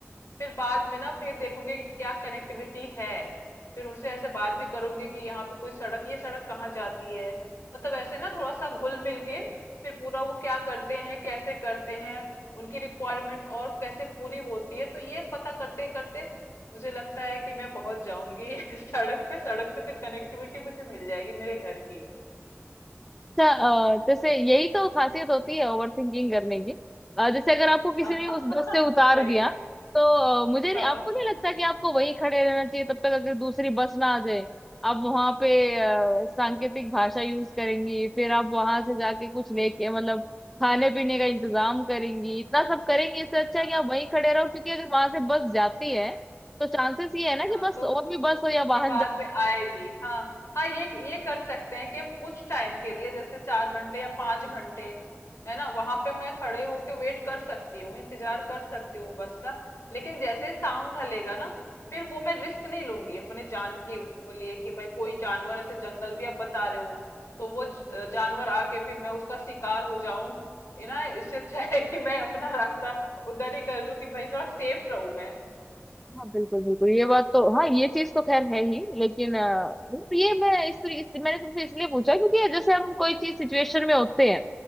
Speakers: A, on the left; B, in the centre.
A: फिर बाद में ना फिर देखूंगी कि क्या कनेक्टिविटी है फिर उनसे ऐसे बात भी करूंगी कि यहाँ पे कोई सड़क ये सड़क कहाँ जाती है मतलब ऐसे ना थोड़ा सा घुल मिल के फिर पूरा वो क्या करते हैं कैसे करते हैं उनकी रिक्वायरमेंट और कैसे पूरी होती है तो ये पता करते करते मुझे लगता है कि मैं पहुंच जाऊंगी <laughs> सड़क पे सड़क से फिर कनेक्टिविटी मुझे मिल जाएगी मेरे घर की
B: अच्छा अ, जैसे यही तो खासियत होती है ओवर थिंकिंग करने की अ, जैसे अगर आपको किसी
A: हाँ
B: ने उस बस से
A: <laughs>
B: उतार
A: सही
B: दिया तो अ, मुझे नहीं,
A: हाँ
B: आपको नहीं लगता कि आपको वहीं खड़े रहना चाहिए तब तक अगर दूसरी बस ना आ जाए आप वहां पे अ, सांकेतिक भाषा यूज करेंगी फिर आप वहां से जाके कुछ लेके मतलब खाने पीने का इंतजाम करेंगी इतना सब करेंगी इससे
A: हाँ
B: अच्छा है कि आप वहीं
A: हाँ
B: खड़े
A: हाँ
B: रहो क्योंकि अगर वहां से बस जाती है तो चांसेस ये है ना कि
A: हाँ
B: बस
A: तो
B: और भी बस हो या
A: कि
B: वाहन
A: बाद में आएगी हाँ हाँ ये ये कर सकते हैं कि हम कुछ टाइम के लिए जैसे चार घंटे या पांच घंटे है ना वहां पे मैं खड़े होके वेट कर सकती हूँ इंतजार कर सकती हूँ बस का लेकिन जैसे ही शाम ढलेगा ना फिर वो मैं रिस्क नहीं लूंगी अपने जान के वो लिए कि भाई कोई जानवर ऐसे जंगल भी आप बता रहे हो तो वो ज- जानवर आके फिर मैं उसका शिकार हो जाऊं है ना इससे अच्छा है कि मैं अपना रास्ता उधर ही कर लूं कि भाई थोड़ा सेफ रहूं मैं
B: हाँ बिल्कुल बिल्कुल ये बात तो हाँ ये चीज तो खैर है ही लेकिन अ, मतलब ये मैं इस, इस मैंने तुमसे इसलिए पूछा क्योंकि जैसे हम कोई चीज सिचुएशन में होते हैं